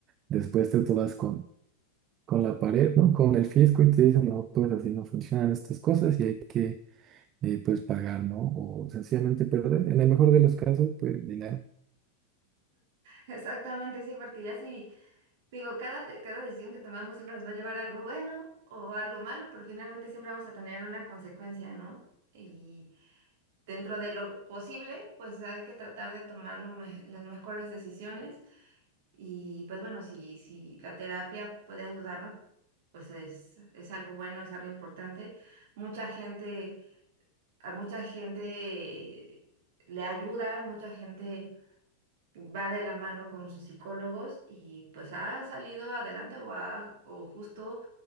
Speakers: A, on the right; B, on the right.
A: después te tomas con con la pared, ¿no? Con el fisco y te dicen, no, pues así no funcionan estas cosas y hay que, eh, pues, pagar, ¿no? O sencillamente perder. En el mejor de los casos, pues, dinero.
B: Exactamente, sí, porque ya sí, digo, cada, de- cada decisión que tomamos siempre nos va a llevar a algo bueno o algo malo, pero finalmente siempre vamos a tener una consecuencia, ¿no? y dentro de lo posible, pues hay que tratar de tomar lo me- las mejores decisiones y pues bueno, si, si la terapia puede ayudarnos, pues es, es algo bueno, es algo importante. Mucha gente, a mucha gente le ayuda, mucha gente va de la mano con sus psicólogos y pues ha salido adelante o, ha- o justo